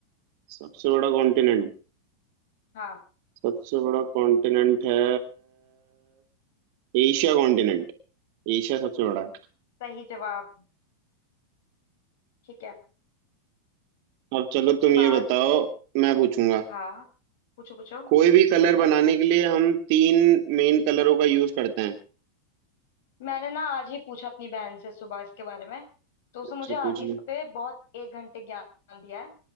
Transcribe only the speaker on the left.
हाँ
सही जवाब ठीक है
इसके
बाद
हाँ पूछो पूछो
मैंने ना आज ही पूछा अपनी बहन से सुबह इसके बारे में तो उसने
मुझे आज
ही
इसके पे बहुत एक घंटे ज्ञान दिया है